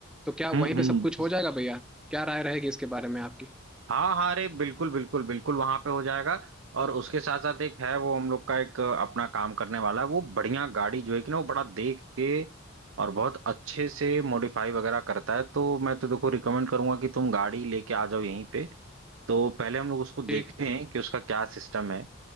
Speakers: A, in the centre; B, on the right (about 60°).
A: तो क्या
B: हम्म
A: वहीं पे
B: हम्म
A: सब कुछ हो जाएगा भैया क्या राय रहेगी इसके बारे में आपकी
B: हाँ हाँ अरे बिल्कुल बिल्कुल बिल्कुल वहां पे हो जाएगा और उसके साथ साथ एक है वो हम लोग का एक अपना काम करने वाला है वो बढ़िया गाड़ी जो है कि ना वो बड़ा देख के और बहुत अच्छे से मॉडिफाई वगैरह करता है तो मैं तो देखो रिकमेंड करूंगा कि तुम गाड़ी लेके आ जाओ यहीं पे तो पहले हम लोग उसको देखते
A: ठीक
B: हैं कि उसका क्या सिस्टम है